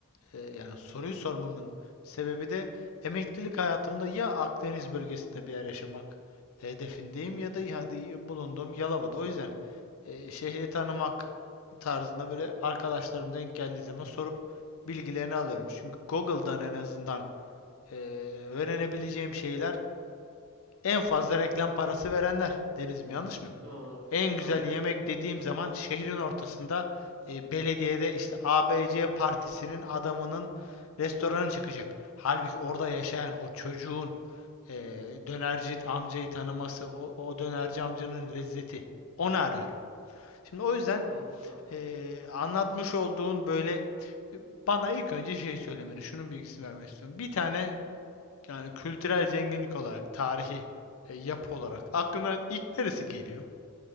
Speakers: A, on the left; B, on the right.
A: eee, yani soruyu sormamın sebebi de emeklilik hayatımda ya Akdeniz bölgesinde bir yer yaşamak hedefindeyim
B: Hmm,
A: ya da yani bulunduğum Yalova'da. O yüzden eee, şehri tanımak tarzında böyle arkadaşlarım denk geldiği zaman sorup bilgilerini alıyorum. Çünkü Google'dan en azından eee, öğrenebileceğim şeyler en fazla reklam parası verenler. Denizim yanlış mıyım?
B: doğru,
A: En
B: doğru,
A: güzel yemek
B: doğru,
A: dediğim zaman şehrin ortasında e, belediyede işte A B C partisinin adamının restoranı çıkacak. Halbuki orada yaşayan o çocuğun e, dönerci amcayı tanıması, o, o dönerci amcanın lezzeti. Onu arıyorum. Şimdi o yüzden
B: doğru, doğru.
A: e, anlatmış olduğun böyle e, bana ilk önce şey söylemeni, şunun bilgisini vermek istiyorum. Bir tane yani kültürel zenginlik olarak, tarihi e, yapı
B: Hı hı.
A: olarak aklına ilk neresi geliyor?